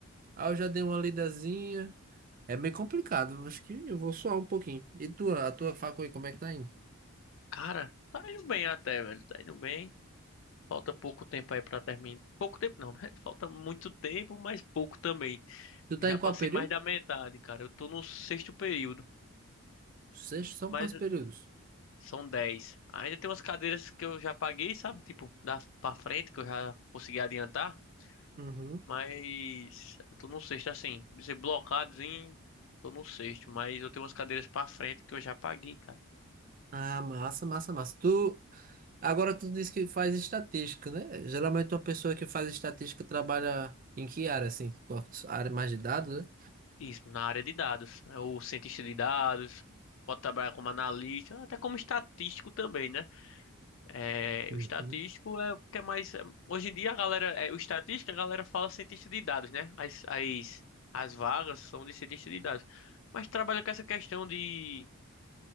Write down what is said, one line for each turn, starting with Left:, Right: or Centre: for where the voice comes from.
Right: Ah, eu já dei uma lidazinha. É meio complicado, acho que eu vou suar um pouquinho. E tua, a tua facu aí, como é que tá indo?
Left: Cara, tá indo bem até, velho. Tá indo bem. Falta pouco tempo aí pra terminar. Pouco tempo não, né? <laughs> Falta muito tempo, mas pouco também.
Right: Tu tá
Left: Já
Right: em qual
Left: passei
Right: período?
Left: mais da metade, cara. Eu tô no sexto período,
Right: Sexto, são
Left: mas
Right: quantos períodos?
Left: são dez. Ainda tem umas cadeiras que eu já paguei, sabe? Tipo, da pra frente que eu já consegui adiantar.
Right: Uhum.
Left: Mas eu tô no sexto, assim, dizer blocados em. Tô no sexto, mas eu tenho umas cadeiras pra frente que eu já paguei, cara.
Right: Ah, massa, massa, massa. Tu, agora tu disse que faz estatística, né? Geralmente uma pessoa que faz estatística trabalha em que área, assim? Qual- a área mais de dados, né?
Left: Isso, na área de dados. É o cientista de dados, pode trabalhar como analista, até como estatístico também, né? É,
Right: Uhum,
Left: o estatístico é o que é mais. é, Hoje em dia a galera. É, o estatístico, a galera fala cientista de dados, né? As, as, as vagas são de cientista de dados. Mas trabalha com essa questão de